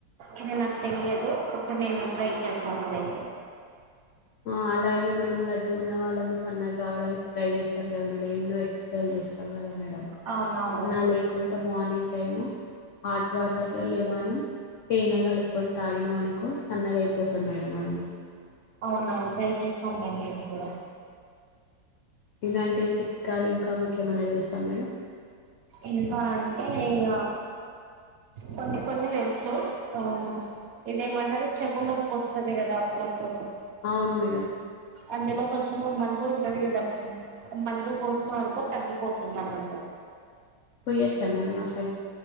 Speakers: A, on the right; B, on the left.
A: ఇది నాకు తెలియదు ఇక నేను ట్రై చేశాను ఇదైతే
B: ఆ అలాగే మనం లడ్డుకున్న వాళ్ళము సన్నగా కావడానికి ట్రై చేస్తారు గదా మేడం ఎన్నో ఎక్సర్సైజ్లు చేస్తాం గద మేడం
A: అవునవును
B: అలా లేకుంట మార్నింగ్ టైము హాట్ వాటర్లో లెమన్ తేనెగలుపుకొని తాగిన అనుకో సన్నగా అయిపోతాం మేడం మనము
A: అవునా ట్రై చేస్తాను మేడం నేను కూడా
B: ఇలాంటి చిక్కాలు ఇంకా మీకెమన తెలుసాం మేడం
A: ఇంకా అంటే ఇగ కొన్ని కొన్ని తెలుసు ఆ ఇదేమంటారు చెవు నొప్పి వస్తది గదా అప్పుడ నా
B: అవును మేడం
A: అందులో కొంచం చులో మందు ఉంటది కదా ఆ మందు ఒసిన వనుకో తగ్గిపోతుంది అన్నట్టు
B: పోయచ్చ మేడం అట్లా